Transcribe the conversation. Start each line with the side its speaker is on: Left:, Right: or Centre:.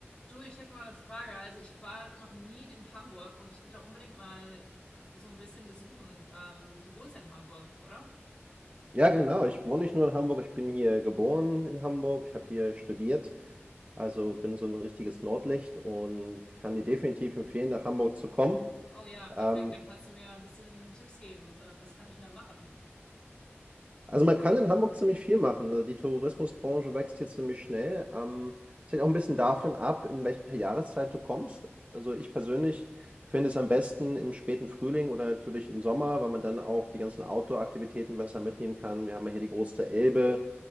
Left: Du, ich hätte mal eine Frage. Also ich war noch nie in Hamburg und ich würde da unbedingt mal so ein bisschen besuchen. Ähm, du wohnst ja in Hamburg, oder?
Right: Ja, genau. Ich wohne nicht nur in Hamburg, ich bin hier geboren in Hamburg. Ich habe hier studiert, also bin so ein richtiges Nordlicht und kann dir definitiv empfehlen, nach Hamburg zu kommen.
Left: Oh ja, perfekt.
Right: Ähm,
Left: Dann kannst du mir ein bisschen Tipps geben. Ähm, was kann ich denn da machen?
Right: also man kann in Hamburg ziemlich viel machen. ne? Die Tourismusbranche wächst hier ziemlich schnell. Ähm, es hängt auch ein bisschen davon ab, in welcher Jahreszeit du kommst. Also ich persönlich finde es am besten im späten Frühling oder natürlich im Sommer, weil man dann auch die ganzen Outdoor-Aktivitäten besser mitnehmen kann. Wir haben ja hier die große Elbe.